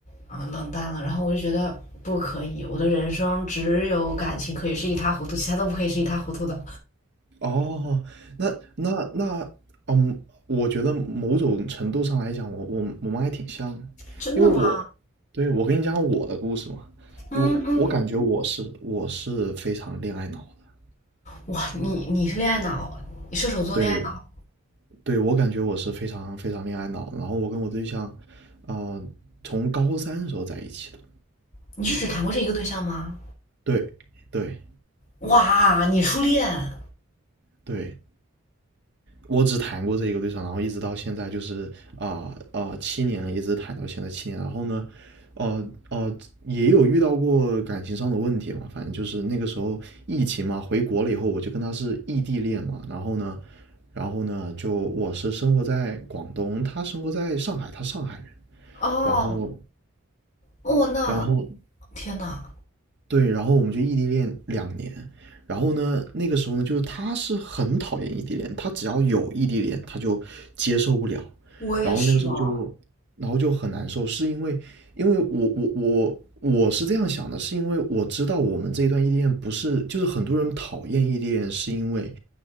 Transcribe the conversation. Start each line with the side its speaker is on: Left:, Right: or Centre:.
Left: 啊、呃冷淡了？然后我就觉得不可以，我的人生只有感情可以是一塌糊涂，其他都不可以是一塌糊涂的。
Right: 哦，那那那，嗯，我觉得某种程度上来讲，我我我们还挺像
Left: 真的吗？
Right: 因为我，对，我跟你讲我的故事嘛，因为我感觉我是我是非常恋爱脑的，
Left: 嗯嗯嗯。哇，你你是恋爱脑，你射手座恋爱脑，
Right: 对对，我感觉我是非常非常恋爱脑，然后我跟我对象，呃，从高三的时候在一起的，
Left: 你是只谈过这一个对象吗？
Right: 对对
Left: 哇，你初恋
Right: 对，我只谈过这一个对象，然后一直到现在就是啊啊呃呃七年了，一直谈到现在七年。然后呢，呃呃，也有遇到过感情上的问题嘛，反正就是那个时候疫情嘛，回国了以后我就跟他是异地恋嘛，然后呢，然后呢，就我是生活在广东，他生活在上海，他上海人，
Left: 哦，
Right: 然后
Left: 哦那
Right: 然后
Left: 天呐，
Right: 对，然后我们就异地恋两年，然后呢，那个时候呢，就是他是很讨厌异地恋，他只要有异地恋，他就接受不了，
Left: 我也是哦，
Right: 然后那个时候就，然后就很难受，是因为，因为我我我我是这样想的，是因为我知道我们这一段异地恋不是，就是很多人讨厌异地恋，是因为